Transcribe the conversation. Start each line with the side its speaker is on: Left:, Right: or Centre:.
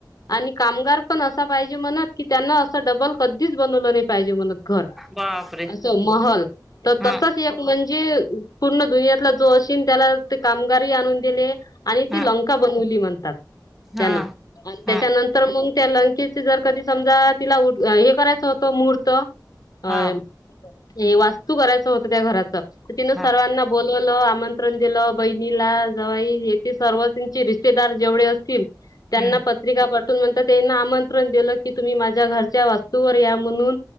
Left: आनि कामगार पन असा पाहिजे म्हनत की त्यांनं असं डबल कधीच बनवलं नाही पायजे म्हनत घर
Centre: बापरे
Left: असं महल त
Centre: हा
Left: तसच येक म्हणजे, पूर्ण दुनियातला जो अशीन त्याला ते कामगारही आणून दिले आणि
Centre: हा
Left: ती लंका बनवली म्हणतात,
Centre: हा
Left: त्यान आणि त्याच्यानं
Centre: हा
Left: तर मंग त्या लंकेचे जर कधी समजा तिला हे करायचं होतं मुहूर्त अ
Centre: हा
Left: हे वास्तू करायचं होतं त्या घराच, त तिनं सर्वांना
Centre: हा
Left: बोलवलं आमंत्रण दिलं बहिणीला जावई हे ते सर्व त्येंचे रिश्ते रिश्तेदार जेवढे असतील त्यांना
Centre: हम्म
Left: पत्रिका पा पाठवून नंतर त्यानं आमंत्रण दिलं की तुम्ही माझ्या घरच्या वास्तूवर या म्हणून